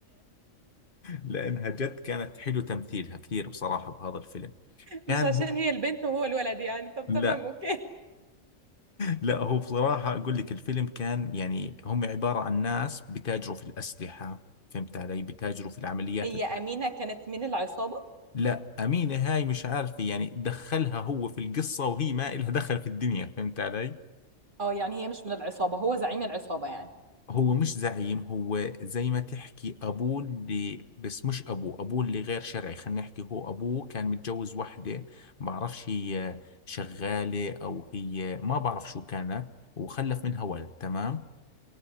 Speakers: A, on the left (about 45°); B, on the right (about 40°).
A: لانها جد كانت حلو تمثيلها كثير بصراحه بهذا الفيلم
B: مش
A: كان
B: عشان
A: هو
B: هي البنت وهو الولد يعني طب
A: لا
B: تمام اوكي
A: لا هو بصراحه اقول لك الفيلم كان يعني هم عباره عن ناس بتاجروا في الاسلحه فهمت علي بتاجروا في العمليات
B: هي
A: ال-
B: أمينة كانت من العصابة
A: لا امينه هاي مش عارفه يعني دخلها هو في القصه وهي ما إلها دخل في الدنيا فهمت علي
B: اه يعني هي مش من العصابة هو زعيم العصابة يعني
A: هو مش زعيم هو زي ما تحكي أبوه اللي بس مش أبوه أبوه اللي غير شرعي خلينا نحكي هو أبوه كان متجوز وحدة بعرفش هي شغالة أو هي ما بعرف شو كانت وخلف منها ولد تمام